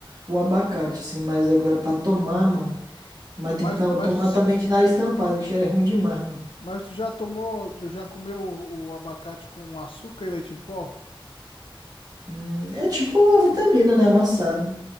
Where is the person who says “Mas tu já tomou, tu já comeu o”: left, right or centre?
Left